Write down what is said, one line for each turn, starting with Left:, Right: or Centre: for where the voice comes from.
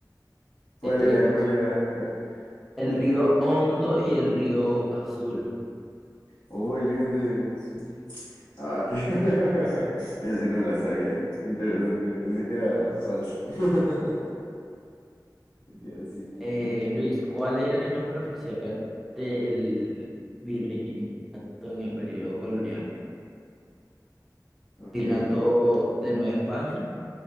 Left: ¿Cuál
Centre: Eh,
Left: era?
Centre: opción.
Left: ¿Cuál era? Ah,
Centre: El río Hondo y el río Azul.
Left: Oh, el río donde yo vengo, sí. Ah, ok. <laughs> Eso sí no me la sabía. Interesante. Pensé que era falso. <laughs> Que era simple.
Centre: Eh, Luis, ¿cuál era el nombre oficial del virreinato en el periodo colonial?
Left: Ok.
Centre: Virreinato de Nueva España,